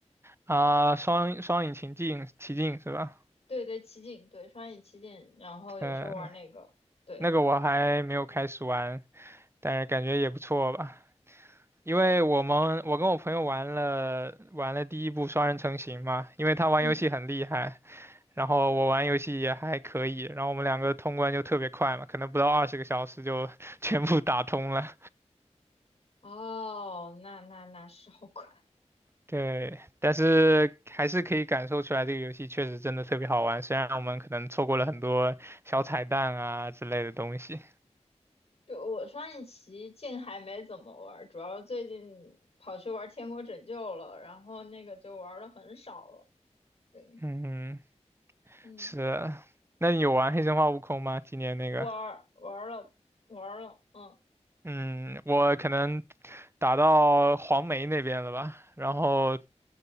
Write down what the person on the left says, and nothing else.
对对，奇境对，双影奇境，然后有时候玩那个，
对，
嗯，
哦，那那那是好快。
就我双影奇境还没怎么玩，主要最近跑去玩《天国拯救》了，然后那个就玩的很少了。对，
嗯，
玩玩了玩了，嗯，